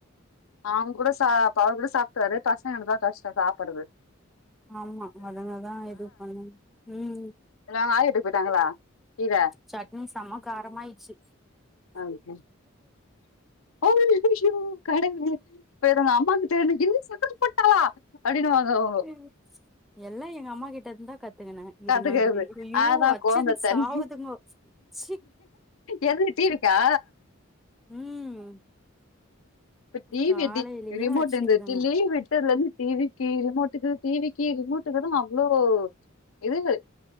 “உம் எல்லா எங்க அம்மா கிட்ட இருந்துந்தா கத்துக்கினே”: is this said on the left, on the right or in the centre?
Centre